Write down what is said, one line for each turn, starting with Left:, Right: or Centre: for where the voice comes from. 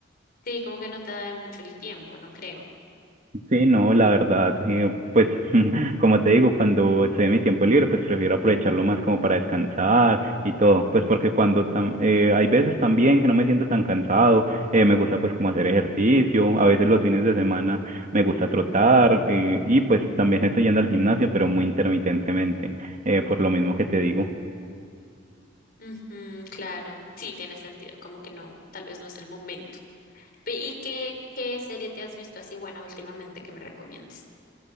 Left: Sí, como que no te da mucho el tiempo, no creo.
Right: Sí, no, la verdad, eh, pues <laughs> como te digo, cuando estoy en mi tiempo libre, pues prefiero aprovecharlo más como para descansar y todo, pues porque cuando tam- eh, hay veces también que no me siento tan cansado, eh, me gusta pues como hacer ejercicio, a veces los fines de semana me gusta trotar eh, y pues también estoy yendo al gimnasio, pero muy intermitentemente, eh, por lo mismo que te digo.
Left: Ujú, claro, sí, tiene sentido, como que no, tal vez no es el momento. Pe- ¿Y qué, qué serie te has visto así buena últimamente que me recomiendes?